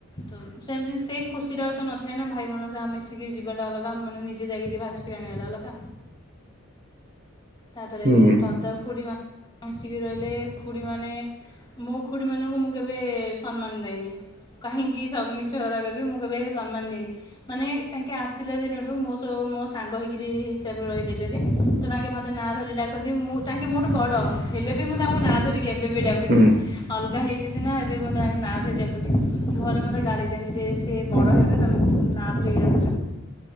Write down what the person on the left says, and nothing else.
ତ। ସେମିତି ସେଇ ଖୁସିଟା ତ ଆଉ ନଥାଏ ନା ଭାଇ ମାନଙ୍କ ସହ ମିଶିକି ଯିବାଟା ଅଲଗା ଆମ ମାନେ ନିଯେ ଯାଇକିରି ବାଛିକି ଆଣି ବା ଅଲଗା। ତା ପରେ
ଦାଦା ଖୁଡ଼ି ମାନେ ମିଶିକି ରହିଲେ ଖୁଡ଼ି ମାନେ। ମୋ ଖୁଡ଼ି ମାନଙ୍କୁ ମୁଁ କେବେ ସମ୍ମାନ ଦେଇନି। କାହିଁକି ସ ମିଛ କଥା କହିବି ମୁଁ କେବେ ସମ୍ମାନ ଦିଏନି। ମାନେ ତାଙ୍କେ ଆସିଲା ଦିନରଠୁ ମୋ ସହ ମୋ ସାଙ୍ଗ ହେଇକିରି ହିସାବରେ ରହିସଯାଇ ଛନ୍ତି ତ ତାଙ୍କେ ମ ମତେ ନାଁ ଧରି ଡାକନ୍ତି ମୁଁ ତାଙ୍କେ ମୋଠୁ ବଡ ହେଲେ ବି ମୁଁ ତାଙ୍କୁ ନାଁ ଧରିକି ଏବେ ବି ଡାକୁଛି।
ଅଲଗା ହେଇଛୁ ସିନା ଏବେ ମୁଁ ତାଙ୍କ ନାଁ ଧରି ଡାକୁଛି କିନ୍ତୁ ଘରେ ମୋତେ ଗାଳି। ଦିଅନ୍ତି ଯେ ସିଏ ବଡ
ହେବେ ତମେ ତୁ ନା ଧରି ଡା